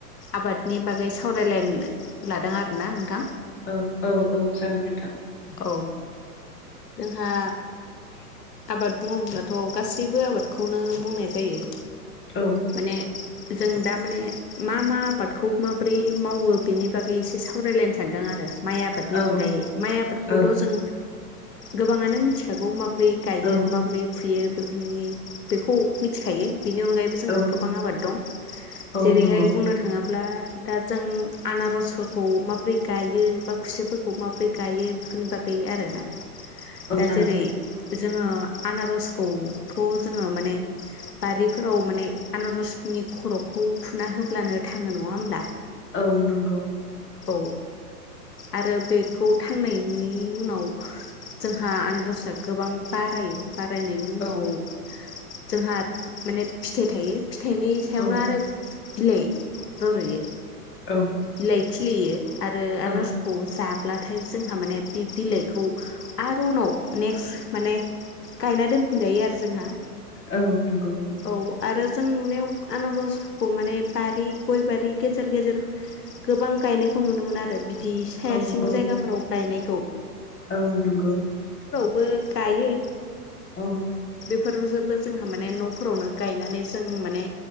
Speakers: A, on the left (about 80°); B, on the left (about 25°).
A: आबादनि बागै सावरायलायनो लादों आरोना नोंथां।
B: औ औ औ जागोन नोंथां।
A: औ जोंहा
B: <inaudible>
A: आबाद बुङोब्लाथ' गासैबो आबादखौनो बुंनाय जायो।
B: औ
A: माने जों दा माने मा मा आबादखौ माब्रै मावो बेनि बागै एसे सावरायलायनो सानदों आरो माइ आबादनि
B: औ
A: अनगायै माइ आबादखौथ'
B: औ
A: जों गोबाङानो मिथ थिखागौ माबोरै गायो
B: औ
A: माबोरै फुयो? बेफोरनि बेखौ मिथिखायो बिनि अनगायैबो जोंहा
B: औ
A: गोबां आबाद दं
B: औ
A: जेरैहाय
B: नंगौ
A: बुंनो थाङोब्ला दा जों आनार'सफोरखौ माबरै गायो बा खुसेयाफोरखौ माबरै गायो बेफोरनि बागै आरोना।
B: औ
A: दा
B: जागोन
A: जेरै जोङो आनार'स खौ थ' जोङो माने बारिफोराव माने आनार'सनि खर'खौ थुना होब्लानो थाङो नङा होमब्ला?
B: औ नंगौ
A: औ आरो बे खौ थांनायनि उनाव जोंहा आनार'सआ गोबां बारायो। बारायनायनि उनाव
B: औ
A: जोंहाद माने फिथाइ थायो। फिथाइनि सायावनो
B: औ
A: आरो बिलाइ रज'यो।
B: औ
A: बिलाइ खिलियो आरो
B: औ
A: आनार'सखौ जा ब्लाथाय जोंहा माने बि बिलाइखौ आरो उनाव नेक्स्ट माने गायना दोनफिनजायो आरो जोंहा।
B: औ नोंगौ।
A: औ आरो जों नुनायाव आनार'सखौ माने बारि गय बारि गेजेर गेजेर गोबां गायनायखौ नुनो मोनो आरो बिदि। बि साया
B: औ
A: सिं
B: औ
A: जायगाफोराव गायनाय सौ
B: औ नंगौ
A: बो गायो
B: ओं
A: बेफोरबो जोबोद जोंहा माने न'फोरावनो गायनानै जों माने